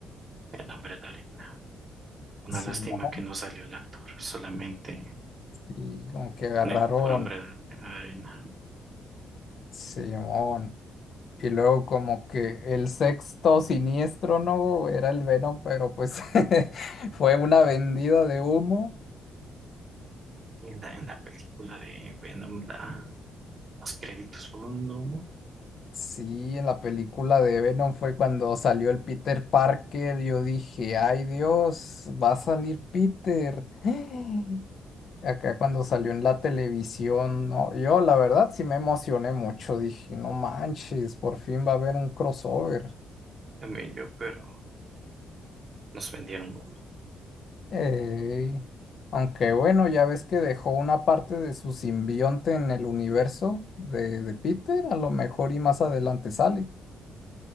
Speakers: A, on the right; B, on the left.
A: el hombre de arena. Una
B: Simón,
A: lástima que no salió el actor, solamente
B: y como que agarraron,
A: en el puro hombre de arena.
B: Simón. Y luego como que el sexto siniestro, ¿no? Era el Venom, pero pues <laughs> fue una vendida de humo.
A: Y en la, en la película de Venom, la- los créditos fueron un humo
B: Sí, en la película de Venom fue cuando salió el Peter Parker. Yo dije, ay Dios, va a salir Peter. <gasps> Acá cuando salió en la televisión, no, yo la verdad sí me emocioné mucho. Dije, no manches, por fin va a haber un crossover.
A: también yo, pero nos vendieron humo.
B: Ey, Aunque bueno, ya ves que dejó una parte de su simbionte en el universo de, de Peter, a lo mejor y más adelante sale.